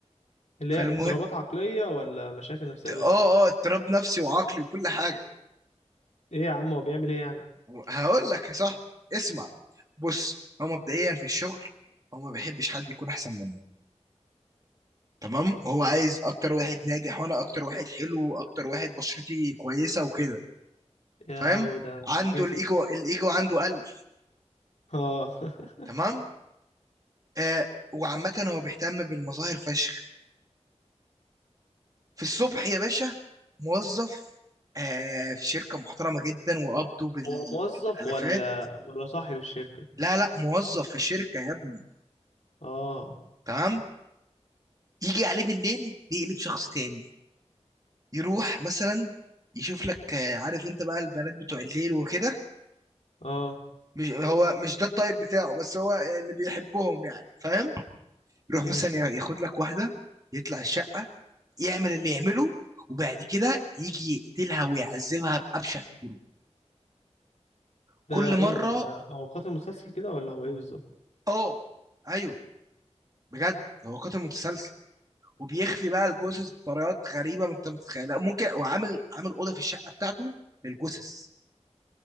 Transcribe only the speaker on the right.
فالمهم
آه آه اضطراب نفسي وعقلي وكل حاجة
هقول لك يا صاحبي اسمع بص هو مبدئيا في الشغل هو ما بيحبش حد يكون أحسن منه تمام هو عايز أكتر واحد ناجح وأنا أكتر واحد حلو وأكتر واحد بشرتي كويسة وكده
فاهم
عنده
الإيجو الإيجو عنده قلب
تمام آه وعامة هو بيهتم بالمظاهر فشخ في الصبح يا باشا موظف آه في شركة محترمة جدا وقبضه بال-
بالآلافات
لا لا موظف في شركة يا ابني
تمام يجي عليه بالليل يقلب شخص تاني يروح مثلا يشوف لك آه، عارف انت بقى البنات بتوع الليل وكده
مش هو مش ده الطيب بتاعه بس هو يعني اللي بيحبهم يعني فاهم يروح
مثلا يا- ياخد لك واحدة يطلع الشقة يعمل اللي يعمله وبعد كده يجي يقتلها ويعذبها بأبشع الطرق كل
مرة
اه ايوه بجد هو قاتل متسلسل وبيخفي بقى الجثث بطريقات غريبه ما انت متتخيلها ممكن وعامل عامل اوضه في الشقه بتاعته للجثث